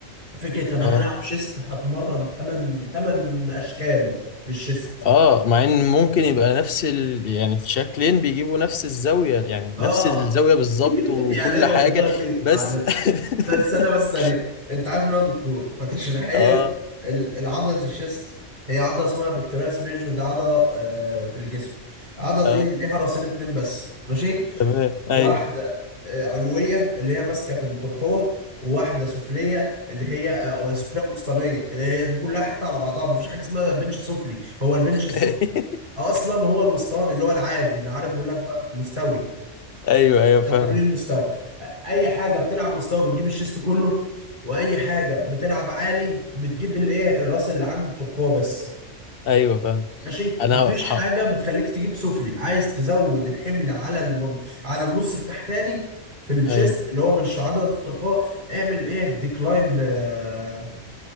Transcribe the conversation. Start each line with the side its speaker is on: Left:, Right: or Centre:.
Right: فكره انا
Left: اه
Right: هلعب شيست هتمرن 8 8 اشكال للشيست
Left: اه مع ان ممكن يبقى نفس ال... يعني شكلين بيجيبوا نفس الزاويه يعني
Right: اه
Left: نفس الزاويه بالظبط
Right: <laughs>
Left: وكل
Right: يعني انا
Left: حاجه
Right: دلوقتي
Left: بس
Right: معلش
Left: <laughs>
Right: ده استنى بس ثانيه انت عارف ان انا دكتور فتشريحيا
Left: اه
Right: ال- العضله الشيست هي عضله اسمها بكتيريس ميجور ده عضله آه في الجسم العضله
Left: اه
Right: دي ليها راسين اتنين بس ماشي
Left: تمام
Right: واحده
Left: ايوه
Right: آه علويه اللي هي ماسكه في الترقوه وواحده سفليه اللي هي آه، أو
Left: مم.
Right: سفليه وسطانيه هي دي كلها حته على بعضها مفيش حاجه اسمها بنش سفلي هو البنش
Left: <laughs>
Right: السفلي اصلا هو الوسطاني اللي هو العادي اللي عارف بيقول لك بقى مستوي
Left: ايوه ايوه
Right: ده
Left: فاهم
Right: التمرين المستوى اي حاجه بتلعب مستوى بتجيب الشيست كله واي حاجه بتلعب عالي بتجيب الايه الراس اللي عند الترقوه بس
Left: ايوه فاهم
Right: ماشي
Left: انا
Right: مفيش
Left: ح...
Right: حاجه بتخليك تجيب سفلي عايز تزود الحمل على المن... على النص التحتاني في الشيست
Left: ايوه
Right: اللي هو من عضله الترقوه اعمل ايه ديكلاين آه،